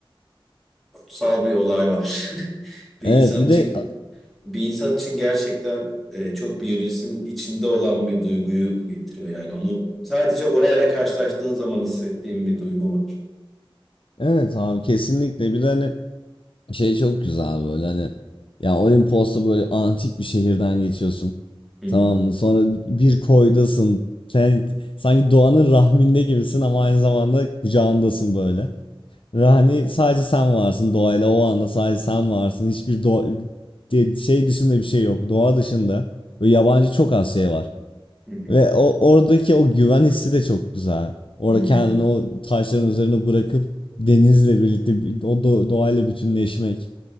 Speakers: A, in the centre; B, on the left.
A: kutsal bir olay var. <laughs> Bir
B: Evet
A: insan
B: bir
A: için
B: de
A: bir insan için gerçekten e, çok biyolojisinin içinde olan bir duyguyu getiriyor yani onu sadece orayla karşılaştığın zaman hissettiğin bir duygu var.
B: evet abi kesinlikle bir de hani şey çok güzel böyle hani ya Olimpos'ta böyle antik bir şehirden geçiyorsun
A: Hı hı,
B: tamam mı sonra bir koydasın sen sanki doğanın rahminde gibisin ama aynı zamanda kucağındasın böyle Ve hani sadece sen varsın doğayla o anda sadece sen varsın. Hiçbir doğa- de- şey dışında bir şey yok. Doğa dışında ve yabancı çok az şey var.
A: hı hı,
B: Ve o oradaki o güven hissi de çok güzel. Orada
A: hı.
B: kendini o taşların üzerine bırakıp denizle birlikte bir- o do- doğayla bütünleşmek.